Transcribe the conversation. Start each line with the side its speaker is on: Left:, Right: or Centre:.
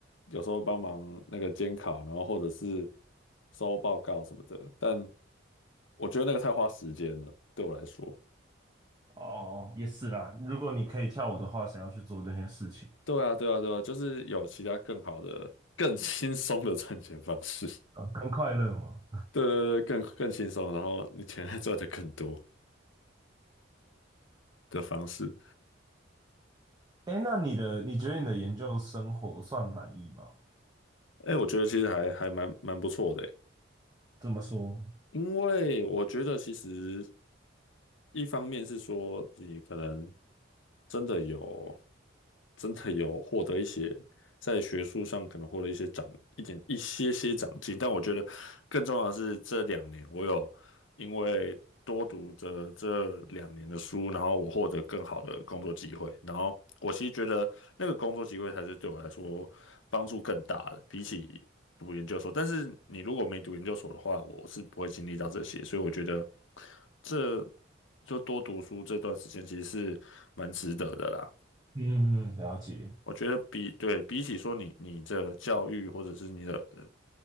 Left: 有时候帮忙那个监考，然后或者是收报告什么的。但我觉得那个太花时间了，对我来说。
Right: 哦，也是啦。如果你可以跳舞的话，想要去做这些事情
Left: 对啊，对啊，对啊，就是有其他更好的、更轻松的赚钱方式。
Right: 啊？更快乐嘛。
Left: 对对对，更更轻松，然后你钱还赚的更多的方式。
Right: 哎，那你的，你觉得你的研究生活算满意吗？
Left: 哎，我觉得其实还还蛮蛮不错的诶，
Right: 这么说，
Left: 因为我觉得其实一方面是说你可能真的有真的有获得一些在学术上可能获得一些长一点一些些长进，但我觉得更重要的是这两年我有因为多读着这两年的书，然后我获得更好的工作机会，然后我其实觉得那个工作机会才是对我来说帮助更大的，比起读研究所，但是你如果没读研究所的话，我是不会经历到这些，所以我觉得这就多读书这段时间其实是蛮值得的啦。
Right: 嗯，嗯了解，
Left: 我觉得比对比起说你你的教育或者是你的呃